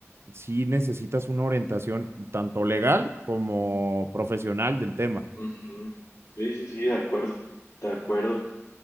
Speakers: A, on the right; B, on the left.
A: sí necesitas una orientación tanto legal como profesional del tema.
B: Ujú. Sí, sí, sí, de acuerdo. De acuerdo.